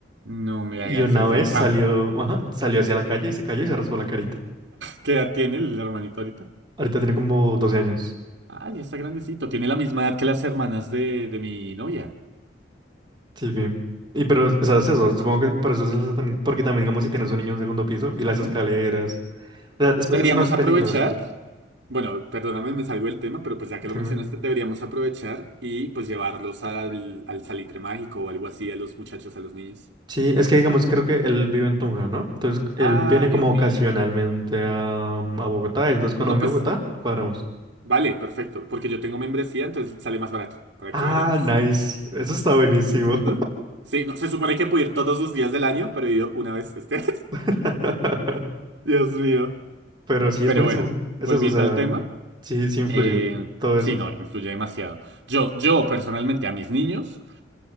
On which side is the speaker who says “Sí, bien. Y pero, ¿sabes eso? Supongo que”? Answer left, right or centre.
Right